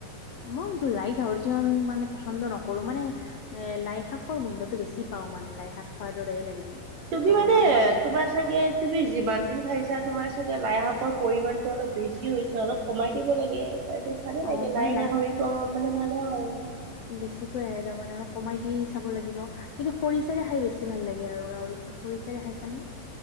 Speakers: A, on the left (about 85°); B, on the right (about 65°).
A: মই এইটো লাই গাহৰিটো ইমান মানে পছন্দ নকৰোঁ মানে এ লাই শাকৰ গোন্ধটো বেছি পাওঁ। মানে লাই শাক খোৱাৰ দৰে লাগে মোৰ।
B: তুমি
A: গাঁৱৰ
B: মানে
A: মাংস
B: তোমাৰ চাগে তুমি যিমান দিন খাইছা তোমাৰ চাগ গে লাই শাকৰ পৰিমাণতটো অলপ বেছি হৈছে, অলপ কমাই দিব লাগে। তাৰপিছত ভালেই
A: অ',
B: লাগে
A: মানে
B: লাই গাহৰি কম বানালে ভাল হয়, হয়।
A: উম, বেছিকৈ আহে তাৰমানে অলপ কমাই দি চাব লাগিব। কিন্তু খৰিচাৰে খাই বেছি ভাল লাগে আৰু গাহৰিটো খৰিচাৰে খাইছানে?